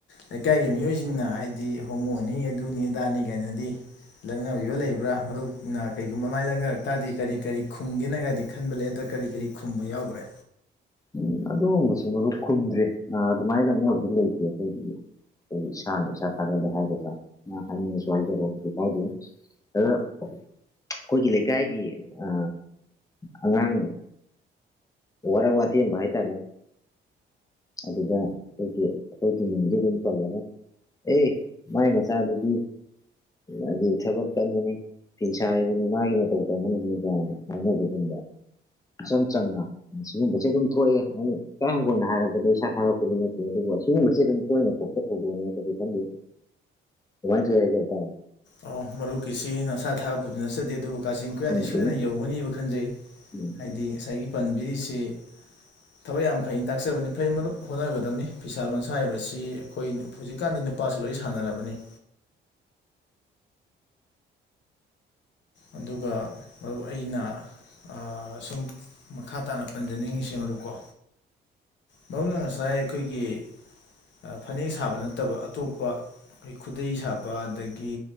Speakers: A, on the left; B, on the left.
A: ꯂꯩꯀꯥꯏꯒꯤ ꯃꯤꯑꯣꯏꯁꯤꯡꯅ ꯍꯥꯏꯗꯤ ꯍꯣꯃꯣꯅꯤ ꯑꯗꯨꯅꯤ ꯑꯗꯥꯅꯤ ꯒꯥꯏꯅꯗꯤ ꯂꯛꯅꯕꯤꯕ ꯂꯩꯕ꯭ꯔꯥ ꯃꯔꯨꯞꯅ ꯀꯩꯒꯨꯝꯕ ꯃꯥꯏ ꯂꯪꯅꯔꯛ ꯇꯥꯔꯗꯤ ꯀꯔꯤ ꯀꯔꯤ ꯈꯨꯝꯒꯦꯅꯒꯗꯤ ꯈꯟꯕ ꯂꯩ ꯅꯠꯇ꯭ꯔ ꯀꯔꯤ ꯀꯔꯤ ꯈꯨꯝꯕ ꯌꯥꯎꯒꯔ꯭ꯦ
B: ꯎꯝ ꯑꯗꯨ ꯕꯨꯁꯤ ꯃꯔꯨꯞ ꯈꯨꯝꯗ꯭ꯔꯤ ꯑ ꯑꯗꯨꯃꯥꯏ ꯂꯛꯅꯕꯗꯤ ꯂꯩꯇꯦ ꯑꯩꯈꯣꯏꯒꯤꯗꯤ ꯑꯩ ꯏꯁꯥꯅ ꯏꯁꯥ ꯊꯥꯒꯠꯂꯦ ꯍꯥꯏꯒꯗ꯭ꯔꯥ ꯅ ꯍꯥꯏꯅꯤꯡꯉꯁꯨ ꯍꯥꯏꯖꯔꯣ ꯀꯩꯁꯨ ꯀꯥꯏꯗꯦ <unintelligible> ꯑꯩꯈꯣꯏꯒꯤ ꯂꯩꯀꯥꯏꯒꯤ ꯑ ꯑꯉꯥꯡ ꯋꯥꯔꯛ ꯋꯥꯇꯦꯝꯕ ꯍꯥꯏ ꯇꯥꯔꯦ ꯑꯗꯨꯗ ꯑꯩꯒꯤ ꯑꯩꯒꯤ ꯃꯤꯡꯗꯤ ꯑꯗꯨꯝ ꯄꯜꯂꯅꯤ ꯑꯦ ꯃꯥꯏ ꯃꯆꯥꯗꯨꯗꯤ <unintelligible> ꯊꯕꯛ ꯀꯟꯕꯅꯤ ꯐꯤ ꯁꯥꯔꯤꯕꯅꯤ ꯃꯥꯒꯤ ꯃꯇꯧ ꯇꯝꯃꯨ <unintelligible> ꯍꯥꯏꯅꯕꯒꯨꯝꯕ ꯏꯆꯝ ꯆꯝꯅ ꯁꯤꯒꯨꯝꯕꯁꯤ ꯑꯗꯨꯝ ꯊꯣꯛꯑꯦ ꯑꯩꯅ ꯏꯀꯥꯏ ꯍꯪꯒꯣꯏꯅ ꯍꯥꯏꯔꯕꯗ ꯏꯁꯥ ꯊꯣꯛꯑꯦ ꯏꯀꯥꯏ ꯍꯪꯒꯣꯏꯅ ꯍꯥꯏꯔꯕꯗ ꯏꯁꯥ ꯊꯥꯒꯠꯄꯗꯤ ꯅꯠꯇꯦ ꯑꯗꯨꯒ ꯁꯤꯒꯨꯝꯕꯁꯦ ꯑꯗꯨꯝ ꯇꯣꯏꯅ ꯊꯣꯛꯄ ꯊꯧꯗꯣꯛꯅꯦ ꯀꯩꯁꯨ ꯈꯟꯗꯦ ꯁꯨꯃꯥꯢ ꯊꯣꯛꯑꯦ ꯍꯥꯏꯖꯕ ꯇꯥꯔꯦ
A: ꯑꯣ ꯃꯔꯨꯞꯀꯤꯁꯤ ꯅꯁꯥ ꯊꯥꯒꯠꯄ ꯕꯨꯗꯤ ꯅꯠꯆꯗꯦ ꯑꯗꯨꯕꯨ ꯀꯥꯆꯤꯟ ꯀꯣꯏꯌꯥꯗꯤ
B: ꯎꯝ ꯆꯨꯝꯃꯤ
A: ꯁꯣꯏꯗꯅ ꯌꯧꯒꯅꯤꯕ ꯈꯟꯖꯩ
B: ꯎꯝ
A: ꯍꯥꯏꯗꯤ ꯉꯁꯥꯏꯒꯤ ꯄꯟꯕꯤꯔꯤꯁꯤ ꯊꯕꯛ ꯌꯥꯝ ꯐꯩ ꯇꯥꯛꯆꯕꯅꯤ ꯐꯩ ꯃꯔꯨꯞ ꯍꯣꯠꯅꯒꯗꯕꯅꯤ ꯐꯤꯁꯥ ꯂꯣꯟꯁꯥ ꯍꯥꯏꯕꯁꯤ ꯍꯣꯏ ꯅꯨꯐꯨ ꯍꯧꯖꯤꯛꯀꯥꯟꯗꯤ ꯅꯨꯄꯥꯁꯨ ꯂꯣꯏ ꯁꯥꯟꯅꯔꯕꯅꯤ ꯑꯗꯨꯒ ꯃꯔꯨꯞ ꯑꯩꯅ ꯑ ꯁꯨꯝ ꯃꯈꯥ ꯇꯥꯅ ꯄꯟꯖꯅꯤꯡꯉꯤꯁꯦ ꯃꯔꯨꯞ ꯀꯣ ꯃꯔꯨꯞꯅ ꯉꯁꯥꯏ ꯑꯩꯈꯣꯏꯒꯤ ꯑ ꯐꯅꯦꯛ ꯁꯥꯕ ꯅꯠꯇꯕ ꯑꯇꯣꯞꯄ ꯑꯩ ꯈꯨꯗꯩ ꯁꯥꯕ ꯑꯗꯒꯤ